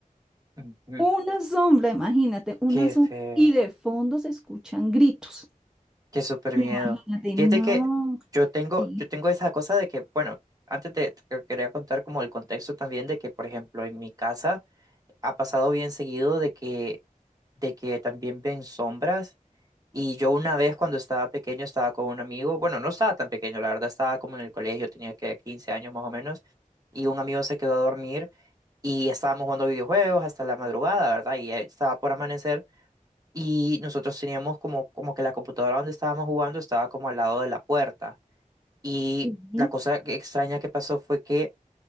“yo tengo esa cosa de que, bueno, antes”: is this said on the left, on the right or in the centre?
Right